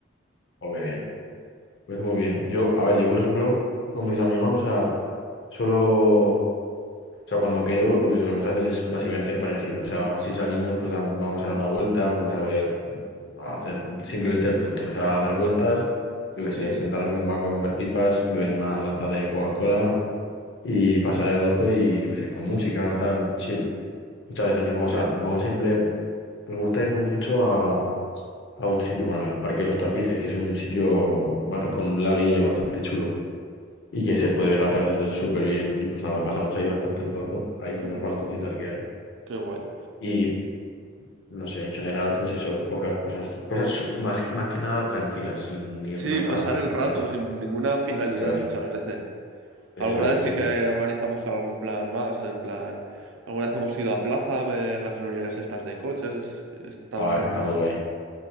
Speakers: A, on the left; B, on the right.
A: Oh, qué bien. Pues muy bien. Yo, a ver, yo, por ejemplo, con mis amigos, o sea, solo. O sea, cuando quedo, lo que solemos hacer es básicamente parecido. O sea, si salimos, pues damos- vamos a dar una vuelta, nos vamos a ver, a hacer simplemente el tonto. O sea, a dar vueltas, yo qué
B: Sí.
A: sé, sentarnos en un banco a comer pipas, beber una lata de Coca-Cola y
B: Sí,
A: pasar el rato y, yo qué sé, con música, tal, chill. Muchas veces nos vamos
B: bien,
A: a, nos vamos siempre, nos gusta irnos mucho a, a un sitio, bueno, al Parque de los Tapices, que es un sitio ba- con un laguillo bastante chulo y que se puede ver la tarde súper bien. Y pues nada, pasamos ahí bastante el rato, hay unos
B: Mm,
A: bancos y tal que hay.
B: qué guay.
A: Y no sé, en general, pues eso, pocas cosas, cosas más, que- más que nada tranquilas, sin irnos
B: Sí, pasar
A: a,
B: el rato
A: ¿sabes?
B: sin ninguna finalidad
A: Eso es,
B: muchas veces.
A: eso
B: Alguna
A: es,
B: vez
A: eso
B: sí que
A: es.
B: organizamos algún plan más, en plan, alguna vez hemos ido a plaza a ver las reuniones estas de coches, está
A: Ah,
B: bastante
A: eso está
B: guay.
A: muy guay.